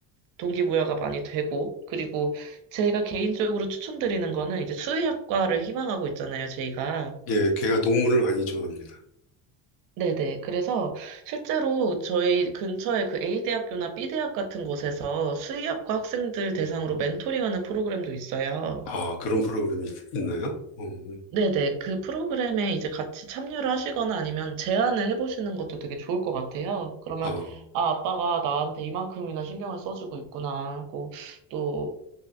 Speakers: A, on the right; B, on the left.
A: 동기부여가 많이 되고, 그리고 제가 개인적으로 추천드리는 거는 이제 수의학과를 희망하고 있잖아요, 저희가.
B: 예, 걔가 동물을 많이 좋아합니다.
A: 네네. 그래서 실제로 저희 근처에 그 A대학교나 B대학 같은 곳에서 수의학과 학생들 대상으로 멘토링하는 프로그램도 있어요.
B: 아, 그런 프로그램이 있- 있나요? 음,
A: 네네. 그 프로그램에 이제 같이 참여를 하시거나 아니면 제안을 해보시는 것도 되게 좋을 것 같아요. 그러면,
B: 아,
A: 아, 아빠가 나한테 이만큼이나 신경을 써주고 있구나 하고, 또,